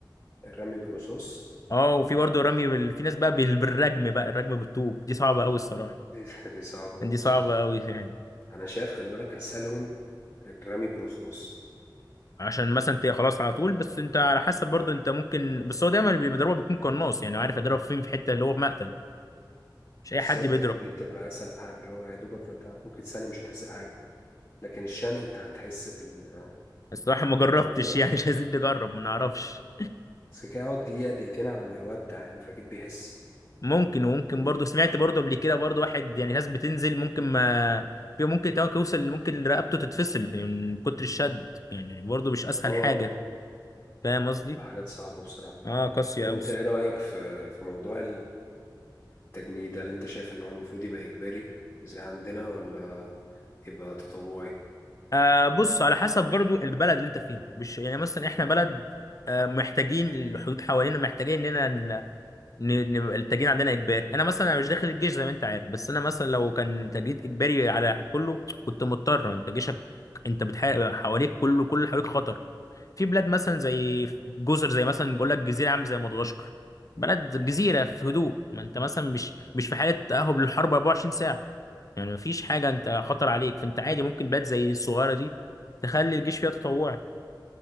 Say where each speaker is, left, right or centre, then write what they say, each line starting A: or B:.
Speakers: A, on the left; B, on the left.
A: الرمي بالرصاص
B: اه وفي برضه رمي بال... في ناس بقى بال... بالرجم بقى الرجم بالطوب دي صعبه قوي الصراحه
A: دي <laughs> دي صعبة
B: دي
A: أوي بصراحة
B: صعبه قوي يعني
A: انا شايف خلي بالك اسهلهم الرمي بالرصاص
B: عشان مثلا انت خلاص على طول بس انت على حسب
A: اه
B: برضه انت ممكن بس هو دايما اللي بيضربها بيكون قناص يعني عارف يضرب فين في حته اللي هو في مقتل مش
A: بالظبط
B: اي حد بيضرب
A: يعني دي بتبقى اسهل حاجه اللي هو يا دوبك ما انت ممكن ثانيه مش هتحس بحاجه لكن الشن انت هتحس بال...
B: الصراحه ما
A: بالموضوع
B: جربتش يعني مش عايزين نجرب ما نعرفش
A: بس كده يقعد دقيقه دقيقتين على ما يودع يعني فاكيد بيحس
B: ممكن وممكن برضو سمعت برضو قبل كده برضو واحد يعني ناس بتنزل ممكن ما في ممكن كمان يوصل ممكن رقبته تتفصل من كتر الشد يعني برضو مش اسهل
A: اه
B: حاجه فاهم قصدي
A: تبقى حاجات صعبه بصراحه
B: اه قاسيه
A: طب
B: قوي
A: انت ايه رايك في في موضوع التجنيد هل انت شايف ان هو المفروض يبقى اجباري زي عندنا ولا يبقى تطوعي
B: آه بص على حسب برضو البلد اللي انت فيها مش يعني مثلا احنا بلد آه محتاجين الحدود حوالينا محتاجين اننا ن- ن- نبقى التجنيد عندنا اجباري انا مثلا أنا مش داخل الجيش زي ما انت عارف بس انا مثلا لو كان تجنيد اجباري على كله كنت مضطر انت جيشك انت بتحارب حواليك كله كل اللي حواليك خطر في بلاد مثلا زي جزر زي مثلا بقول لك جزيره عامه زي مدغشقر بلد جزيره في هدوء ما انت مثلا مش مش في حاله تاهب للحرب 24 ساعه يعني ما فيش حاجه انت خطر عليك فانت عادي ممكن بلاد زي الصغيره دي تخلي الجيش فيها تطوعي